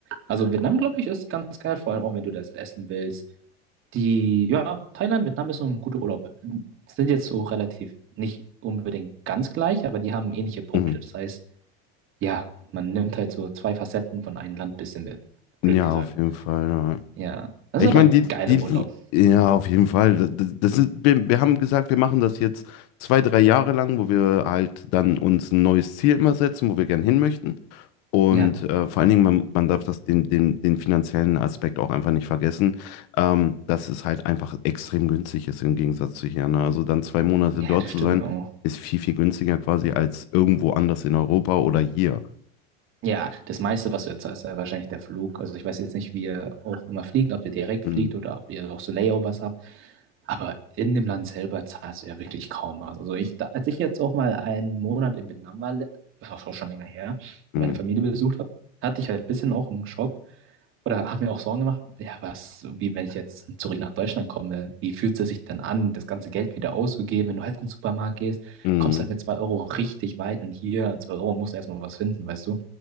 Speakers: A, on the right (about 40°); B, on the left (about 55°).
A: Also Vietnam, glaube ich, ist ganz geil, vor allem auch, wenn du das essen willst. Die, ja, Thailand, Vietnam ist so ein guter Urlaub. Sind jetzt so relativ nicht unbedingt ganz gleich, aber die haben ähnliche Punkte.
B: Mhm.
A: Das heißt, Ja, man nimmt halt so zwei Facetten von einem Land bisschen mit. Blöd
B: Ja,
A: gesagt.
B: auf jeden Fall. ja.
A: Ja, das
B: Ich
A: ist aber
B: meine, die,
A: geiler
B: die,
A: Urlaub.
B: ja, auf jeden Fall. Das, das das ist, wir, wir haben gesagt, wir machen das jetzt zwei, drei Jahre lang, wo wir halt dann uns ein neues Ziel immer setzen, wo wir gern hin möchten. Und
A: Ja,
B: äh, vor allen Dingen, man, man darf das den, den, den finanziellen Aspekt auch einfach nicht vergessen, ähm, dass es halt einfach extrem günstig ist im Gegensatz zu hier. Ne? Also dann zwei Monate
A: ja,
B: dort
A: das
B: zu
A: stimmt
B: sein,
A: auch.
B: ist viel, viel günstiger quasi als irgendwo anders in Europa oder hier.
A: Ja, das meiste, was du jetzt hast, ist ja wahrscheinlich der Flug. Also ich weiß jetzt nicht, wie ihr auch immer fliegt, ob ihr direkt
B: Mhm.
A: fliegt oder ob ihr auch so Layovers habt. Aber in dem Land selber zahlst du ja wirklich kaum was. Also ich, da- als ich jetzt auch mal einen Monat in Vietnam war, le- das war auch schon länger her,
B: Mhm.
A: und meine Familie besucht habe, hatte ich halt ein bisschen auch einen Schock, Oder hat mir auch Sorgen gemacht, ja, was, wie wenn ich jetzt zurück nach Deutschland komme, wie fühlt es sich dann an, das ganze Geld wieder auszugeben? Wenn du halt in den Supermarkt gehst,
B: Mhm.
A: kommst halt mit 2 Euro richtig weit und hier, 2 Euro musst du erstmal was finden, weißt du?